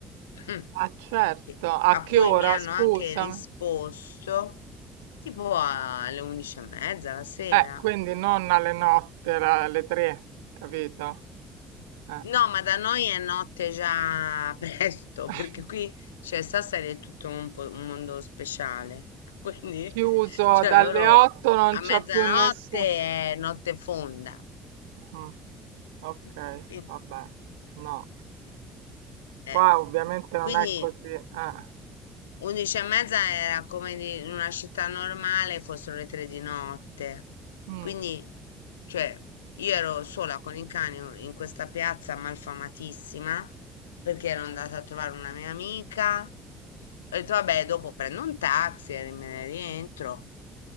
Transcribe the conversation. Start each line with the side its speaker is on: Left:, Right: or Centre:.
Left: <clears throat>
Right: Ah, certo,
Left: che-
Right: a
Left: a
Right: che
Left: cui
Right: ora,
Left: mi hanno
Right: scusa?
Left: anche risposto tipo alle 11 e mezza la sera.
Right: Eh, quindi non alle notte, la- alle tre, capito? Eh.
Left: No, ma da noi è notte già <laughs> presto,
Right: <laughs>
Left: perché qui, cioè, Sassari è tutto un, po- un mondo speciale. <laughs> Quindi,
Right: Chiuso
Left: cioè,
Right: dalle
Left: loro
Right: 8 non
Left: a
Right: c'è
Left: mezzanotte
Right: più nessuno.
Left: è notte fonda.
Right: Mm, ok,
Left: <laughs> Quindi,
Right: vabbè. No,
Left: eh,
Right: qua ovviamente
Left: quindi
Right: non è così. eh.
Left: 11 e mezza era come di- in una città normale fossero le tre di notte.
Right: Mm,
Left: Quindi, cioè, io ero sola con il cane in questa piazza malfamatissima perché ero andata a trovare una mia amica. Ho detto, vabbè, dopo prendo un taxi e me ne rientro.